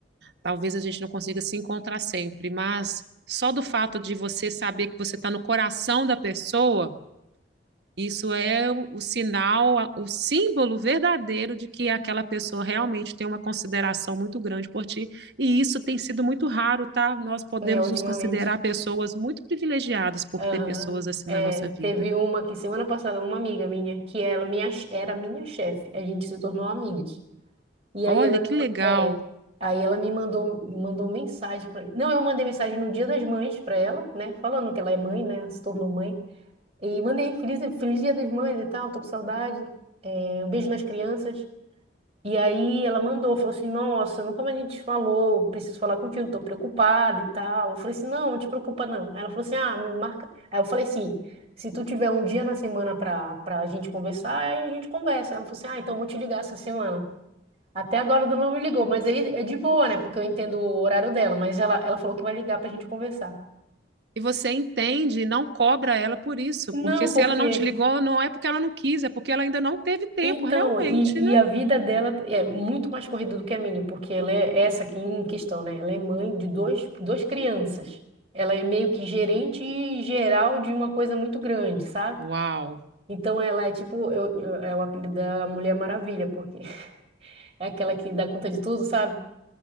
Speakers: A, on the right (about 70°); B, on the right (about 35°).
A: Talvez a gente não consiga se encontrar sempre, mas só do fato de você saber que você está no coração da pessoa Isso é o, o sinal, a- o símbolo verdadeiro de que aquela pessoa realmente tem uma consideração muito grande por ti. E isso tem sido muito raro, tá? Nós podemos
B: né, ultimamente.
A: nos considerar pessoas muito privilegiadas por
B: Aham.
A: ter pessoas assim
B: É,
A: na nossa vida.
B: teve uma que semana passada, uma amiga minha, que ela minha, era minha chefe. A gente se tornou amigas. E
A: Olha,
B: aí ela me,
A: que
B: ma-
A: legal.
B: é, aí ela me mandou, mandou mensagem pra, mim. Não, eu mandei mensagem no Dia das Mães pra ela, né? Falando que ela é mãe, né? Se tornou mãe. E mandei feliz, feliz Dia das Mães e tal, tô com saudade. É, um beijo nas crianças. E aí ela mandou, falou assim, nossa, nunca mais a gente falou, preciso falar contigo, tô preocupada e tal. Eu falei assim, não, não te preocupa não. Aí ela falou assim, ah, me marca. Aí eu falei assim, se tu tiver um dia na semana pra, pra gente conversar, aí a gente conversa. Ela falou assim, ah, então eu vou te ligar essa semana. Até agora ela não me ligou, mas aí é de boa, né? Porque eu entendo o horário dela, mas ela, ela falou que vai ligar pra gente conversar.
A: E você entende e não cobra ela por isso,
B: Não,
A: porque se
B: porque
A: ela não te ligou, não é porque ela não quis, é porque ela ainda não teve tempo,
B: Então,
A: realmente,
B: e, e
A: né?
B: a vida dela é muito mais corrida do que a minha, porque ela é essa aqui em questão, né? Ela é mãe de dois, duas crianças. Ela é meio que gerente geral de uma coisa muito grande, sabe?
A: Uau,
B: Então ela é tipo, eu, eu- é o apelido da Mulher Maravilha, porque <laughs> é aquela que dá conta de tudo, sabe?